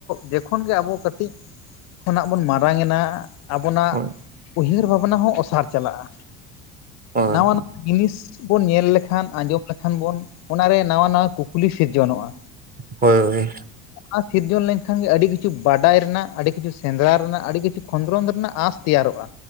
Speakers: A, on the left; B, on the right.
A: ᱡᱚᱠᱷᱚᱱ ᱜᱮ ᱟᱵᱚ ᱠᱟᱹᱴᱤᱡ ᱠᱷᱚᱱᱟᱜ ᱵᱚᱱ ᱢᱟᱨᱟᱝ ᱮᱱᱟ ᱟᱵᱚᱱᱟᱜ
B: ᱦᱳᱭ
A: ᱩᱭᱦᱟᱹᱨ ᱵᱷᱟᱵᱱᱟ ᱦᱚᱸ ᱚᱥᱟᱨ ᱪᱟᱞᱟᱜᱼᱟ
B: ᱦᱳᱭ
A: ᱱᱟᱣᱟᱱᱟᱜ ᱡᱤᱱᱤᱥ ᱵᱚᱱ ᱧᱮᱞ ᱞᱮᱠᱷᱟᱱ ᱟᱸᱡᱚᱢ ᱞᱮᱠᱷᱟᱱ ᱵᱚᱱ ᱚᱱᱟᱨᱮ ᱱᱟᱣᱟ ᱱᱟᱣᱟ ᱠᱩᱠᱞᱤ ᱥᱤᱨᱡᱚᱱᱚᱜᱼᱟ
B: ᱦᱳᱭ ᱦᱳᱭ
A: ᱚᱱᱟ ᱥᱤᱨᱡᱚᱱ ᱞᱮᱱᱠᱷᱟᱱ ᱜᱮ ᱟᱹᱰᱤ ᱠᱤᱪᱷᱩ ᱵᱟᱰᱟᱭ ᱨᱮᱱᱟᱜ ᱟᱹᱰᱤ ᱠᱤᱪᱷᱩ ᱥᱮᱸᱫᱽᱨᱟ ᱨᱮᱱᱟᱜ ᱟᱹᱰᱤ ᱠᱤᱪᱷᱩ ᱠᱷᱚᱸᱫᱽᱨᱚᱸᱱ ᱨᱮᱱᱟᱜ ᱟᱥ ᱛᱮᱭᱟᱨᱚᱜᱼᱟ